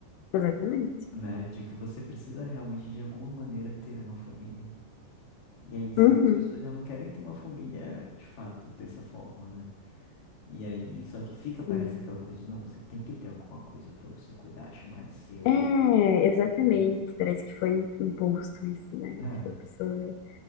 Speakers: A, on the left; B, on the left.
A: exatamente.
B: né? De que você precisa realmente, de alguma maneira, ter uma família. E aí, só
A: Uhum.
B: que as pessoas já não querem ter uma família de fato dessa forma, né? E aí, só que fica, parece
A: Sim.
B: aquela coisa de, não, você tem que ter alguma coisa para você cuidar, chamar de seu,
A: É,
B: amar,
A: exatamente.
B: né?
A: Parece que foi imposto isso, né?
B: É.
A: Tipo, a pessoa